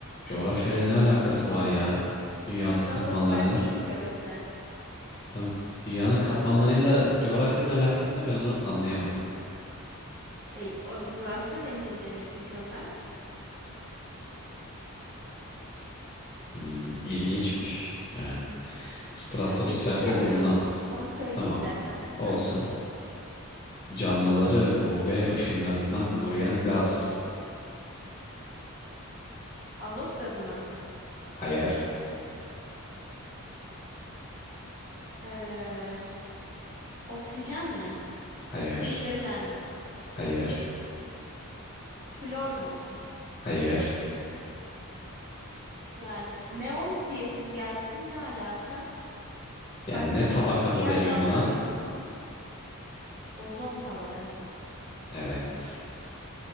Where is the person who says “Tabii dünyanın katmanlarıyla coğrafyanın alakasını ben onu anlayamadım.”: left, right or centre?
Left